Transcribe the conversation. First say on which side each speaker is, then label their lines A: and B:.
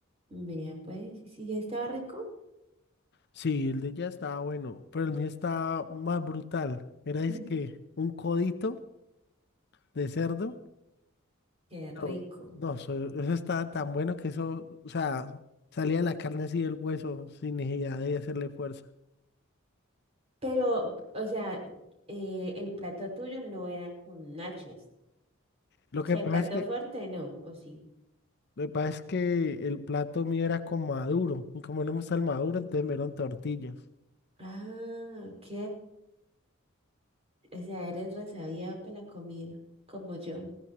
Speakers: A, on the right (about 30°); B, on the left (about 55°).
A: Vea, pues, sí, estaba rico.
B: Sí, el de ella estaba bueno, pero el mío estaba más brutal. Era es
A: <laughs>
B: que un codito de cerdo.
A: Qué rico.
B: No, no, eso, eso estaba tan bueno que eso, o sea, salía la carne así del hueso sin necesidad de hacerle fuerza.
A: Pero, o sea, eh, el plato tuyo no era con nachos.
B: Lo que
A: O sea,
B: pasa
A: el plato
B: es que
A: fuerte no, ¿o sí?
B: Lo que pasa es que el plato mío era con maduro, y como no me gusta el maduro, entonces me dieron tortillas.
A: Ah, ok. O sea, eres resabía para la comida, como yo.